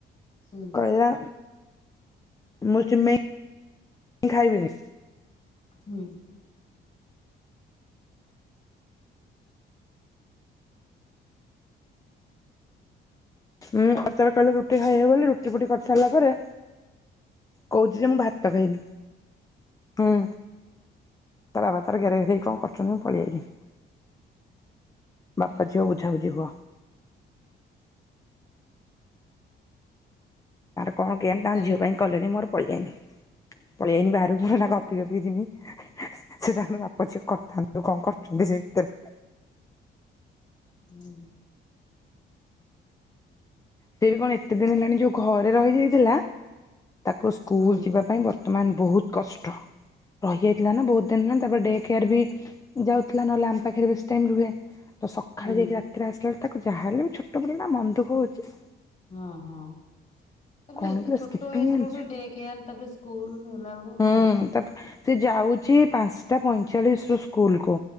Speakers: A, on the left; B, on the left.
A: ହୁଁ
B: କହିଲା ମୁଁ ସିମେଇ ଖାଇବିନି।
A: ହୁଁ। <unintelligible>
B: ହୁଁ ଅଚାର କହିଲେ ରୁଟି ଖାଇବେ ବୋଲି ରୁଟି ଫୁଟି କରିସାରିଲା ପରେ କହୁଛି ଯେ ମୁଁ ଭାତ ଖାଇମି ହୁଁ। ତା ବା ତରେ କଣ କର। ପଳେଇଆାଇଲି ବାପା
A: ଉଁ
B: ଝିଅ
A: ହୁଁ
B: ବୁଝାବୁଝି ହୁଅ। ତାର କଣ କେଆଣି ତାଙ୍କ
A: କାଲି।
B: ଝିଅ ପାଇଁ କଲେଣି ମୋର ପଳେଇଆାଇନି ପଳେଇଆାଇନି ବାହାରୁକୁ ମୋର ନା କପି ଗପି ଯିମି ସେ ତାଙ୍କର ବାପା ପଛ କରିଥାନ୍ତୁ କଣ କରୁଛନ୍ତି ସେ ଭିତରେ
A: ହୁଁ।
B: ସେ ବି କଣ ଏତେ ଦିନ ହେଲାଣି ଯୋଉ ଘରେ ରହିଯାଇଥିଲା ତାକୁ ସ୍କୁଲ
A: ହୁଁ
B: ଯିବା ପାଇଁ ବର୍ତ୍ ତ ମ ବହୁତ କଷ୍ଟ ରହିଯାଇଥିଲା ନା ବହୁତ ଦିନ ହେଲା ତାପରେ ଡେ କେୟାର ବି ଯାଉଥିଲା ନହେଲେ ଆମ ପାଖରେ ବେସି ଟାଇମ୍ ରୁହେ। ତ ସକାଳେ
A: ହୁଁ
B: ଯାଇକି ରାତିରେ ଆସ ଯେତେବେଳେ ତାକୁ ଯାହା ହେଲେ ବି ଛୋଟ ପିଲା ମନ ଦୁଃଖ ହଉଛି।
A: ହଁ ହଁ ତାପରେ
B: କଣ
A: ଏତେ
B: କିଲୋ
A: ଛୋଟ
B: ସ୍କିପିଙ୍ଗ
A: ଏଜ
B: ଆଣିଛୁ?
A: ରୁ ବି ଡେ କେୟ ତାପରେ ସ୍କୁଲ ହେଲା। ବେଳକୁ
B: ହୁଁ
A: ମନ ଦୁଃଖ ହବ।
B: ତାପ ସେ ଯାଉଛି ପାଞ୍ଚଟା ପଇଁଚାଳିଶ ରୁ ସ୍କୁଲ କୁ